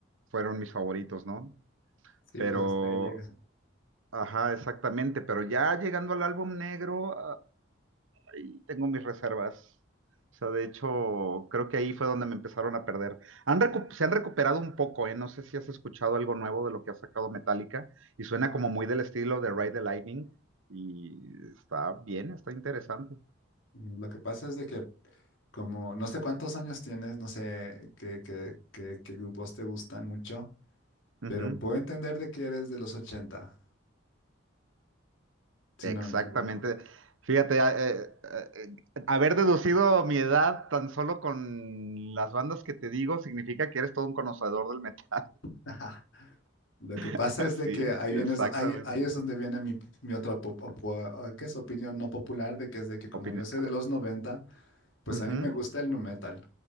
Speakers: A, on the right; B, on the left.
A: fueron mis favoritos, ¿no?
B: Sí,
A: Pero
B: pues hasta ahí llega.
A: Ajá, exactamente, pero ya llegando al álbum negro, ahí tengo mis reservas. O sea, de hecho, creo que ahí fue donde me empezaron a perder. Han recu- se han recuperado un poco, ¿eh? No sé si has escuchado algo nuevo de lo que ha sacado Metallica y suena como muy del estilo de Ride the Lightning y está bien, está interesante.
B: Mm, Lo que pasa es de que como no sé cuántos años tienes, no sé qué, qué, qué, qué grupos te gustan mucho,
A: Ujú,
B: pero puedo entender de que eres de los 80 si
A: Exactamente.
B: no me equivoco.
A: Fíjate, a- eh, eh, haber deducido mi edad tan solo con las bandas que te digo significa que eres todo un conocedor del metal.
B: Ajá. Lo que pasa
A: <laughs>
B: es de
A: Sí,
B: que ahí vienes,
A: exactamente.
B: ahí, ahí es donde viene mi, mi otra po- po- ¿qué es? opinión no popular de que es de que como
A: Opini-
B: yo soy de los 90 pues
A: Ujú.
B: a mí me gusta el nu metal.